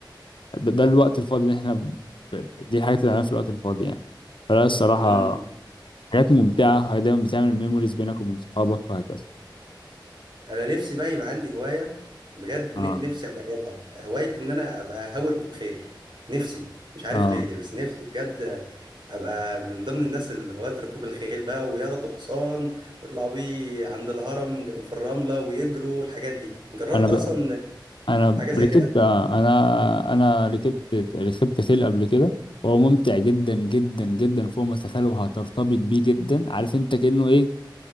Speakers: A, on the left; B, on the right.
A: ده, ده الوقت الفاضي اللي احنا ب... ب- دي الحاجات اللي بنعملها في الوقت الفاضي يعني فلا الصراحه
B: امم.
A: حاجات ممتعه هي دايما بتعمل ميموريز بينك وبين صحابك وهكذا
B: انا نفسي بقى يبقى عندي هوايه بجد
A: اه
B: ن- نفسي اجربها هوايه ان انا ابقى هاوي ركوب خيل نفسي مش عارف
A: اه
B: ليه بس نفسي بجد ابقى من ضمن الناس اللي هواة ركوب الخيل بقى وياخدوا حصان ويطلعوا بيه عند الهرم ج- في الرمله ويجروا الحاجات دي جربت
A: انا ب...
B: اصلا
A: انا
B: حاجه زي
A: ركبت
B: كده
A: انا انا ركبت ركبت خيل قبل كده وهو ممتع جدا جدا جدا فوق ما تتخيل وهترتبط بيه جدا عارف انت كأنه ايه